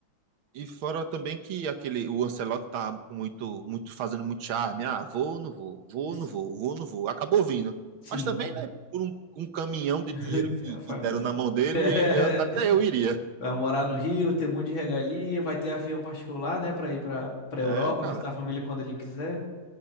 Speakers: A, on the right; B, on the left.
A: E fora também que aquele, o Ancelotti tá com muito, muito, fazendo muito charme. Ah, vou, não vou, vou,
B: Esse-
A: não vou, vou, não vou. Acabou vindo.
B: Sim,
A: Mas também, né, por um, um caminhão
B: <laughs>
A: de dinheiro que,
B: É, foi
A: que deram
B: muito.
A: na mão dele,
B: <laughs>
A: eu- até eu iria.
B: Vai morar no Rio, ter um monte de regalia, vai ter avião particular, né, pra ir pra, pra
A: É,
B: Europa,
A: cara.
B: visitar a família quando ele quiser.